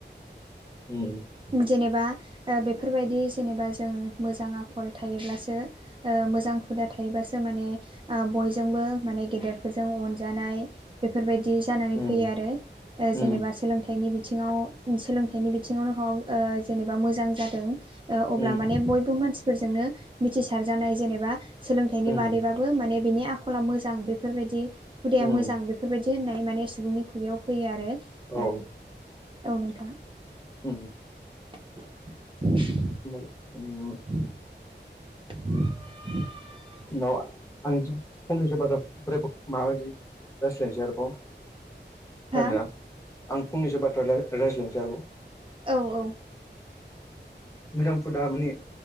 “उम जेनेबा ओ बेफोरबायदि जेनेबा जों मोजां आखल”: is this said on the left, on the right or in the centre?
Right